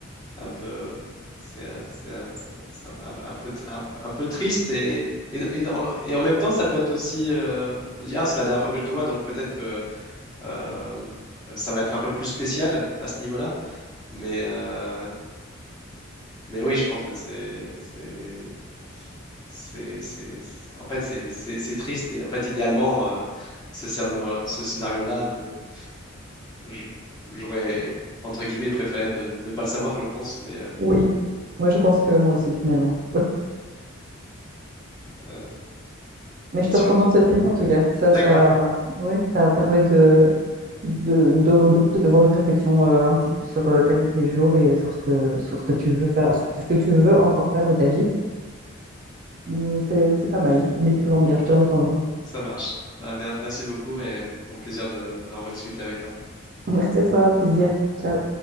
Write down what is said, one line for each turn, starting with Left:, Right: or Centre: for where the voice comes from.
Left: un peu, euh, c'est, euh, c'est, euh, c'est c'est un, un- un peu, un, un peu triste et, et, et dans- et en même temps, ça peut être aussi, euh, on dit ah, c'est la dernière fois que je te vois, donc peut-être que Euh, ça va être un peu plus spécial à ce niveau-là. Mais, euh, mais oui, je pense que c'est, c'est, c'est, c'est- c'est- en fait, c'est, c'est- c'est triste. Et en fait, idéalement, euh, ce scénario, ce scénario-là, euh, je- j'aurais, entre guillemets, préféré de ne pas le savoir, je pense. Mais, euh,
Right: Oui. Oui, je pense que moi aussi, finalement.
Left: euh,
Right: Mais
Left: donc,
Right: je te
Left: si
Right: recommande
Left: on a-
Right: ce film, en tout cas. Ça,
Left: D'accord,
Right: ça, ouais, ça permet de, de, de, de- d'avoir une réflexion euh, un petit peu sur euh, ta vie de tous les jours et sur ce que, sur ce que tu veux faire, ce que tu veux encore faire de ta vie. Euh, c'est, c'est pas mal. Il était vraiment bien, je te le recommande.
Left: ça marche. Bah, mer- merci beaucoup et au plaisir de, d'en rediscuter avec toi.
Right: Merci à toi, un plaisir. Ciao.